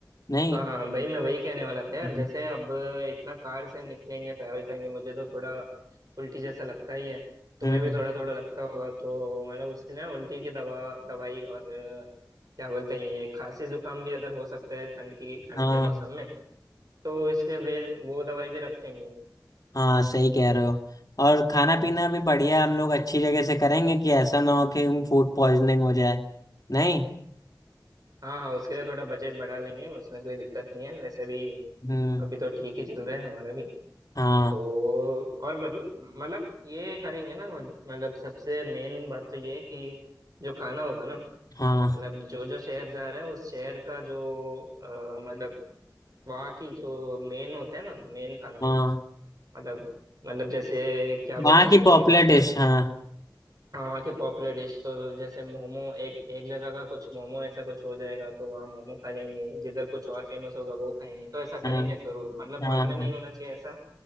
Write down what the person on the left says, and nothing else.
नहीं
हम्म
हम्म,
हाँ
हाँ सही कह रहे हो और खाना पीना भी बढ़िया हम लोग अच्छी जगह से करेंगे कि ऐसा ना हो कि फूड पॉइजनिंग हो जाए नहीं
हम्म
हाँ
हाँ
हाँ
वहाँ की
पॉपुलर डिश हाँ
हाँ
हाँ
हाँ